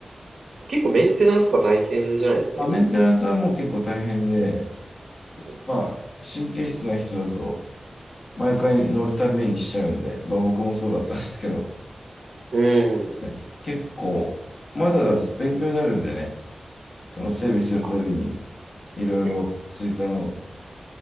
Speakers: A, on the right; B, on the left.
A: 結構メンテナンスとか大変じゃないですか、
B: まあ、
A: いいっ
B: メンテナンスはもう結構大変で、
A: て。
B: まあ、神経質な人だと、毎回乗るためにしちゃうんで、まあ僕もそうだったんですけど、
A: うん。
B: はい結構、まだだ、勉強になるんでね、その整備するたびに、
A: あ、
B: いろいろ追加の
A: え、